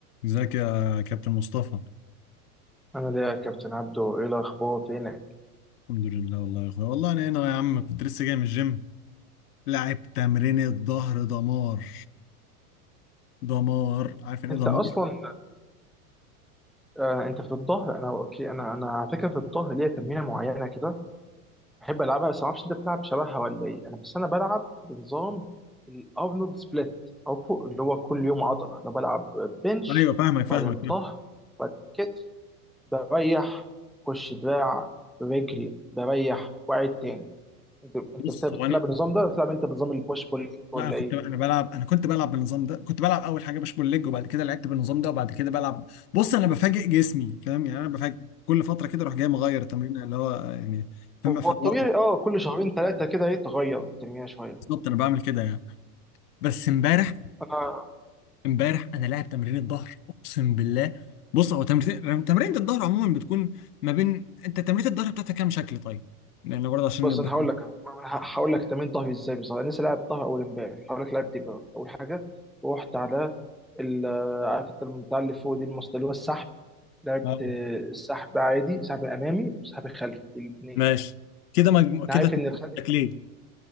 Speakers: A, on the left; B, in the centre.
A: ازيك يا كابتن مصطفى
B: عامل ايه يا كابتن عبدو ايه الاخبار فينك
A: الحمد لله والله يا اخويا والله انا هنا يا عم كنت لسه جاي من الجيم لعب تمرين الظهر دمار دمار عارف يعني
B: انت
A: ايه دمار
B: اصلا آه انت في الظهر انا اوكي انا انا على فكره في الظهر ليا تمرينه معينه كده بحب العبها بس ما اعرفش انت بتلعب شبهها ولا ايه انا بس انا بلعب بنظام الارنولد سبليت او فوق اللي هو كل يوم عضله انا بلعب بنش
A: ايوه فاهمك فاهمك
B: بعدين
A: فاهمك.
B: ظهر بعدين كتف بريح خش دراع رجل بريح واعد تاني انت انت
A: بص
B: بتلعب
A: هو انا
B: النظام ده ولا بتلعب انت بنظام البوش بول ليج ولا
A: لا انا كنت
B: ايه؟
A: انا بلعب انا كنت بلعب بالنظام ده كنت بلعب اول حاجه بوش بول ليج وبعد كده لعبت بالنظام ده وبعد كده بلعب بص انا بفاجئ جسمي فاهم يعني انا بفاجئ كل فتره كده اروح جاي مغير التمرين اللي هو يعني فاهم
B: هو
A: أفوق.
B: الطبيعي اه كل شهرين ثلاثه كده ايه تغير الدنيا شويه
A: بالظبط انا بعمل كده يعني بس امبارح
B: مم. انا
A: امبارح انا لاعب تمرين الظهر اقسم بالله بص هو تمرين تمرين الظهر عموما بتكون ما بين انت تمرين الظهر بتاعتك كام شكل طيب لان برضه عشان
B: بس
A: نبقى
B: انا
A: كده
B: هقول لك انا أنا ه- هقول لك تمرين ظهري ازاي بالظبط انا لسه لاعب ظهر اول امبارح هقول لك لعبت ايه بقى. اول حاجه رحت على ال- عارف انت بتاع اللي فوق دي المسطره اللي هو السحب لعبت
A: اه
B: آه، السحب عادي سحب امامي وسحب خلفي الاثنين
A: ماشي كده مجمو... كده
B: انا عارف
A: اتنين.
B: ان الخلفي
A: شكلين